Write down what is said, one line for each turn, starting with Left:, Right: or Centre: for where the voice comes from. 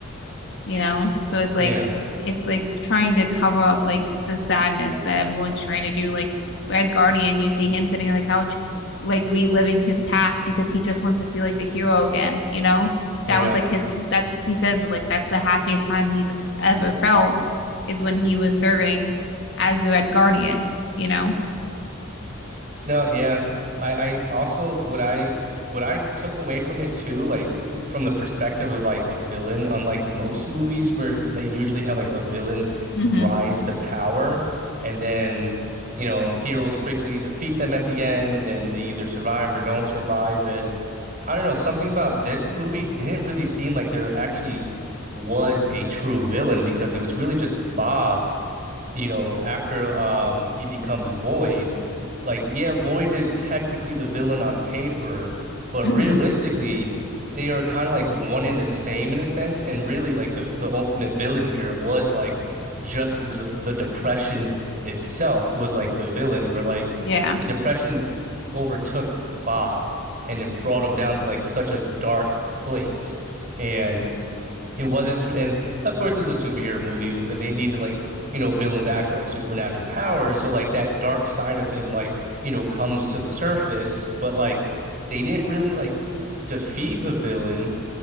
Left: you know? So it's like
Right: Yeah.
Left: it's like trying to cover up like the sadness that everyone's trying to do. Like Red Guardian, you see him sitting on the couch, like reliving his past because he just wants to feel like the hero again, you know?
Right: Yeah.
Left: That was like his that's he says like that's the happiest time he ever felt is when he was serving as the Red Guardian, you know?
Right: No, yeah. I, I also what I what I took away from it too, like from the perspective of like a villain, unlike most movies where they usually have like a villain
Left: Mm-hmm.
Right: rise to power and then, you know, heroes quickly defeat them at the end and they either survive or don't survive. And I don't know, something about this movie didn't really seem like there actually was a true villain because it was really just Bob you know, after um he becomes Void, like yeah, Void is technically the villain on paper, but
Left: Mm-hmm.
Right: realistically, they are kind of like one in the same in a sense, and really like the the ultimate villain here was like just the the depression itself was like the villain, where like
Left: Yeah.
Right: the depression overtook Bob and it brought him down to like such a dark place. And it wasn't through, and of course, it's a superhero movie with, and they needed like, you know, a villain with actual like supernatural powers. So like that dark side of him, like, you know, comes to the surface, but like they didn't really like defeat the villain